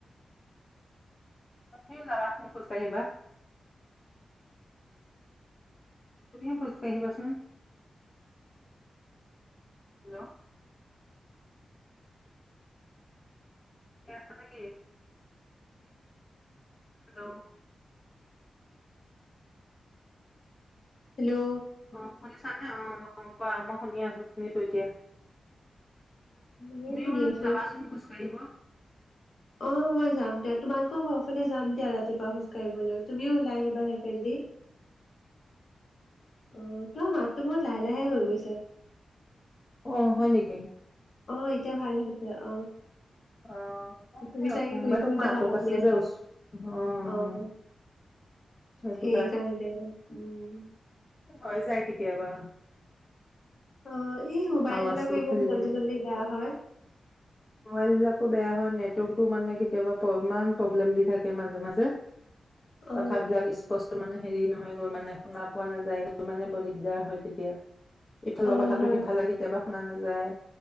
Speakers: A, on the left; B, on the left.
A: তুমিও যাবাচোন খোজকাঢ়িবা তুমিও খোজ কাঢ়িবাচোন হেল্ল' ন আছ নাগ হেল্ল'
B: হেল্ল'
A: অ শুনি চানে অ অ কোৱা মই শুনি আছো শুনিছো এতিয়া
B: ময়
A: তুমিও
B: সুধ
A: বোলো
B: আছো
A: যাবাচোন খোজ কাঢ়িব
B: অ মই যাম দাত তোমালোকৰ ঘৰ ফালে যাম দিয়া ৰাতিপুৱা খোজকাাঢ়িবলৈ তুমিও ল আহিবা সেই ফেলে দি অ তই মাতটো বহুত লাহে লাহে হৈ গৈছে
A: অ হয় নেকি
B: অ এতিয়া ভাল য়া অ
A: অ মই মানে
B: চুি চাগে শুই
A: মোবাইলটো
B: শুই
A: অকমান
B: কথা
A: আঁতৰত
B: পাতি
A: আছিল
B: আছা
A: যে ওচ অ
B: আহ
A: অ সেইটো
B: সেইকাৰণে উম
A: হয় যায় কেতিয়াবা
B: অ এই মোবাইল
A: আৱাজটো
B: বিলাকো ইবত
A: খেলি
B: জল্দি
A: মেলি
B: জল্দি বেয়া হয়
A: মোবাইল বিলাকো বেয়া হয় নেটৱৰ্কটো মানে কেতিয়াবা ইমান প্ৰব্লেম দি থাকে মাজে মাজে
B: অ
A: কথাবিলাক স্পষ্ট মানে হেৰি নহয় গৈ মানে শুনা পোৱা নাযায়ৈ মানে বৰ দিগদাৰ হয় তেতিয়া ইফালৰ
B: অ
A: কথাটো
B: হয়
A: সিফালে কেতিয়াবা শুনা নাযায়